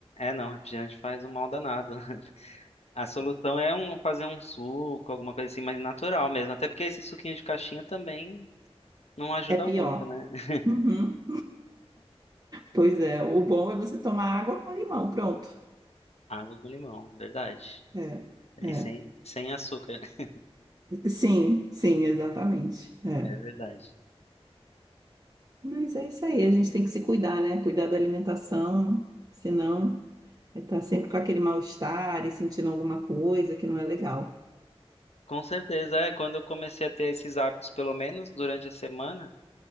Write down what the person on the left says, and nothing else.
é não, refrigerante faz um mal danado. <laughs> A solução é um, fazer um suco, alguma coisa assim mais natural mesmo. Até porque esse suquinho de caixinha também não ajuda
muito, né? <laughs>
Água com limão, verdade.
E
sem, sem açúcar, <laughs>
é verdade.
Com certeza, é. Quando eu comecei a ter esses hábitos, pelo menos durante a semana,